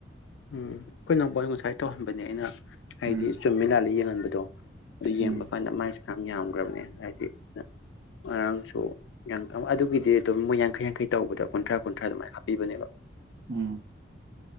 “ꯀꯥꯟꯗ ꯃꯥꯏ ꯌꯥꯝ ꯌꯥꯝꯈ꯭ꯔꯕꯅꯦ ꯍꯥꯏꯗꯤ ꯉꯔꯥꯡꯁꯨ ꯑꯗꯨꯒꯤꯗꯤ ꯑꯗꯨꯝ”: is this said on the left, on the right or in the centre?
Left